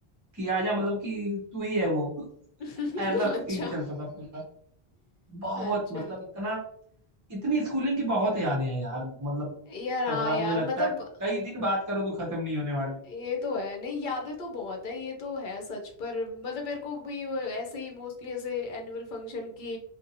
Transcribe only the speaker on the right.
कि आजा मतलब कि तू ही है वो
ऐसा सीन
चलता था पूरा बहुत
मतलब इतना इतनी स्कूलिंग की बहुत यादें हैं यार मतलब
अगर आप
मुझे लगता
है कई दिन बात करो तो खत्म नहीं होने वाली